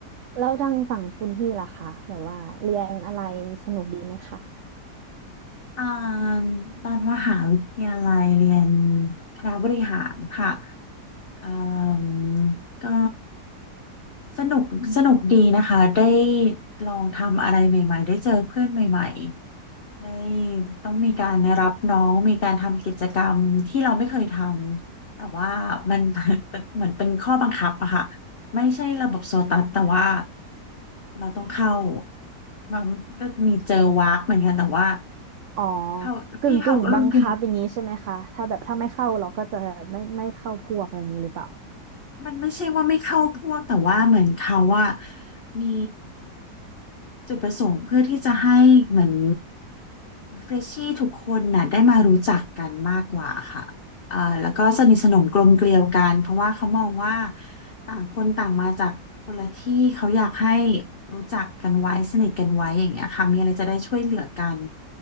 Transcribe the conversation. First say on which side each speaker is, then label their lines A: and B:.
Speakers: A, on the right; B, on the left.
A: แล้วทางฝั่งคุณพี่ล่ะคะแบบว่าเรียนอะไรสนุกดีไหมคะ
B: อ่าตอนมหาวิทยาลัยเรียนคณะบริหารค่ะเอ่มก็สนุกสนุกดีนะคะได้ลองทำอะไรใหม่ๆได้เจอเพื่อนใหม่ๆ ในต้องมีการรับน้องมีการทำกิจกรรมที่เราไม่เคยทำแต่ว่ามัน <laughs> เป็นเหมือนเป็นข้อบังคับอะค่ะไม่ใช่ระบบโซตัสแต่ว่าเราต้องเข้ามันก็มีเจอวากเหมือนกันแต่ว่า
A: อ๋อ
B: เขาพี่เขารุ่นพี่
A: กึ่งกึ่งบังคับอย่างนี้ใช่ไหมคะถ้าแบบถ้าไม่เข้าเราก็จะไม่ไม่เข้าพวกอะไรอย่างนี้หรือเปล่า
B: มันไม่ใช่ว่าไม่เข้าพวกแต่ว่าเหมือนเขาว่ามีจุดประสงค์เพื่อที่จะให้เหมือนเฟรชชี่ทุกคนน่ะได้มารู้จักกันมากกว่าค่ะอ่าแล้วก็สนิทสนมกลมเกลียวกันเพราะว่าเขามองว่าต่างคนต่างมาจากคนละที่เขาอยากให้รู้จักกันไว้สนิทกันไว้อย่างเงี้ยค่ะมีอะไรจะได้ช่วยเหลือกัน